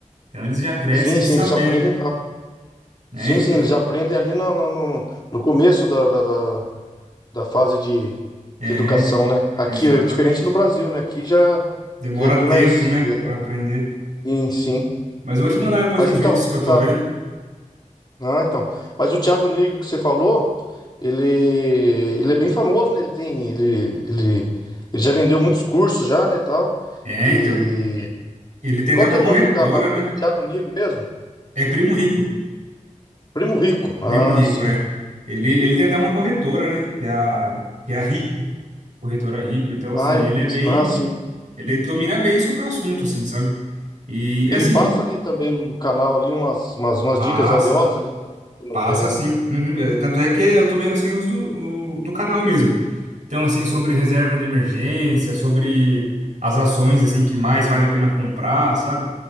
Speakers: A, on the right; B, on the left.
A: Então eles já crescem
B: Sim, sim,
A: sabendo,
B: eles aprendem rápido.
A: né?
B: Sim,
A: Então,
B: sim, eles aprendem ali no, no, no, no começo da, da, da, da fase de,
A: é,
B: de educação, né? Aqui
A: exatamente.
B: é diferente no Brasil, né? Aqui já,
A: Demora
B: já é bem
A: tempo,
B: mais.
A: né,
B: é,
A: Pra aprender.
B: Sim, sim.
A: Mas eu vou te mandar depois
B: Mas
A: uns
B: então,
A: vídeos
B: você
A: que eu tô
B: tá.
A: vendo.
B: Ah, então. Mas o Thiago Negro que você falou, ele, ele é bem famoso, né? Ele tem, ele, ele, ele já vendeu muitos cursos já, né, tal.
A: É,
B: E
A: então, ele tem
B: qual
A: até uma
B: que é o
A: corretora,
B: nome do canal
A: né?
B: dele? Thiago Negro mesmo?
A: É Primo Rico.
B: Primo Rico. Ah,
A: Primo Rico,
B: sim.
A: é. Ele, ele tem até uma corretora, né? Que é a, que é a Rico, corretora Rico. Então,
B: Ah,
A: assim,
B: ele-
A: ele é bem
B: ah, sim.
A: Ele domina bem sobre o assunto, assim, sabe? E, é
B: Ele
A: assim,
B: passa ali também no canal ali umas, umas, umas
A: passa,
B: dicas valiosas ali também de economia,
A: passa
B: né?
A: sim. Uhum. É, Tanto é que eu tô vendo, assim, os do, o- do canal mesmo. Então, assim, sobre reserva de emergência, sobre as ações, assim, que mais vale a pena comprar, sabe?